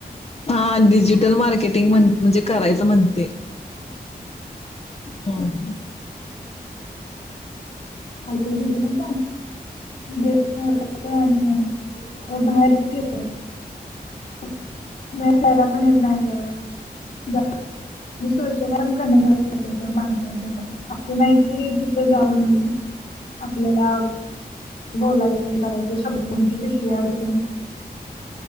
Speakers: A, on the left; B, on the left.
A: हा डिजिटल मार्केट म्हणजे करायचं म्हणते हम
B: ल तेण ड्रेस वर कस बाहेर फिर नाही जायला पण येत नाही आपल्याला मी सोशल वर्क करमार होतो सोडा माणसांसोबत असं नाही कि तिथं जाऊन आपल्याला बोलायचे करायचे शब्दांची पिशवी अडकून